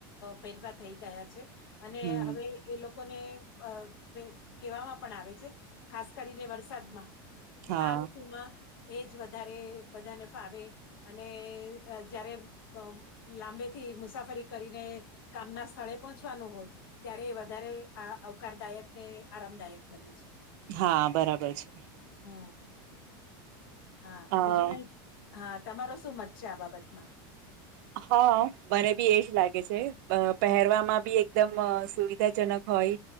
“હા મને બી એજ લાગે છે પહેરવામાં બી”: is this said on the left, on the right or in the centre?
Right